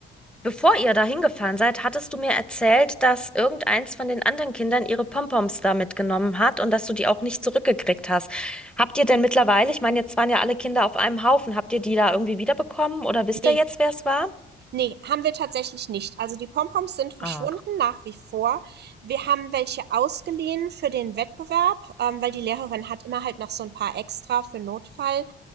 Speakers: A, in the centre; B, on the right.
A: bevor ihr da hingefahren seid, hattest du mir erzählt, dass irgendeins von den anderen Kindern ihre Pompoms da mitgenommen hat und dass du die auch nicht zurückgekriegt hast. Habt ihr denn mittlerweile, ich meine, jetzt waren ja alle Kinder auf einem Haufen, habt ihr die da irgendwie wiederbekommen oder wisst
B: Nee,
A: ihr jetzt, wer es war?
B: Ne, haben wir tatsächlich nicht. Also die Pompoms sind verschwunden
A: Ach,
B: nach wie vor. Wir haben welche ausgeliehen für den Wettbewerb, ähm, weil die Lehrerin hat immer halt noch so ein paar extra für Notfall.